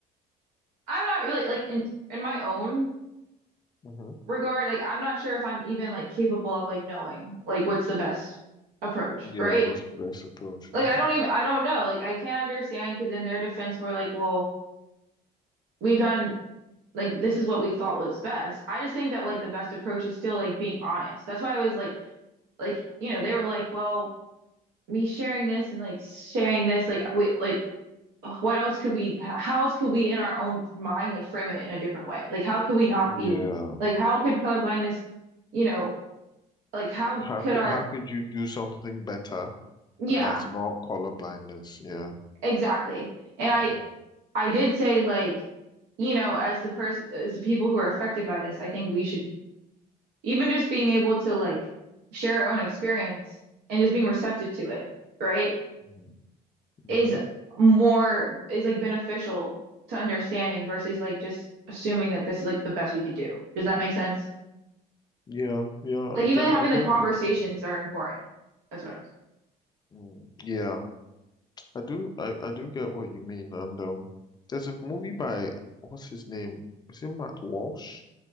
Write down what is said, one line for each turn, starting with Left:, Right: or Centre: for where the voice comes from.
Right: I'm not really like in in my own
Left: hmm
Right: regard, like I'm not sure if I'm even like capable of like knowing like what's the best approach,
Left: Yeah,
Right: right?
Left: what's the best approach? hmm
Right: Like I don't even I don't know. Like I can't understand because in their defense we're like, well, we've done like this is what we thought was best. I just think that like the best approach is still like being honest. That's why I was like like you know, they were like, well, me sharing this and like sharing this like we like what else could we how else could we in our own mind like frame it in a different way like how could we not
Left: Yeah.
Right: be like how could colorblindness you know like how
Left: How
Right: could
Left: could
Right: our
Left: how could you do something better
Right: yeah
Left: that's not color blindness? Yeah.
Right: exactly and I
Left: mm
Right: I did say like you know as the person as the people who are affected by this I think we should even just being able to like share our own experience and just being receptive to it right
Left: mm, mhm.
Right: is more is like beneficial to understanding versus like just assuming that this is like the best we could do does that make sense
Left: Yeah, yeah,
Right: Like
Left: I
Right: even
Left: get
Right: having
Left: I get
Right: the conversations
Left: what you mean.
Right: are important. That's what I'm
Left: Mm, mm. Yeah, I do I, I do get what you mean. And um there's a movie by what's his name? Is it Matt Walsh?